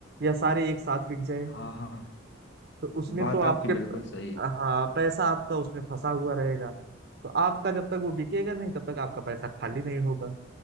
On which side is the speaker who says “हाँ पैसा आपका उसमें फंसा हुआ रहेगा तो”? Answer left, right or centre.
Right